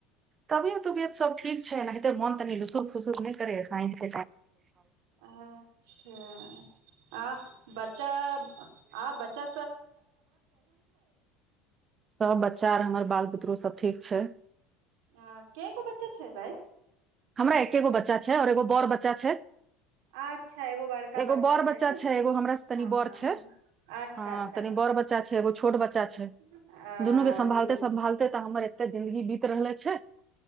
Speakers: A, on the right; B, on the right.
A: तबियत उबियत सब ठीक छै एनाहिते मोन तनि लुसु फुसूक नहि करे साइंस
B: अच्छा आ बच्चा
A: सभ बच्चा आर हमर बाल बुतरू सभ ठीक छै।
B: अ कर्इ गो बच्चा छै भाई।
A: हमरा एकेगो बच्चा छै और एगो बड़ बच्चा छै
B: अच्छा एगो बड़का
A: एगो बड़ बच्चा
B: ने
A: छै एगो हमरा से तनी
B: हँ
A: बड़
B: हँ
A: छै
B: हँ अच्छा
A: ह
B: अच्छा
A: तनि बड़ बच्चा छै एगो छो छोटब चा छै
B: अ
A: दुनू के सम्भालते-
B: नीक
A: सम्भालते। त हमर एकटा जिन्दगी बीत रहल है। <unintelligible>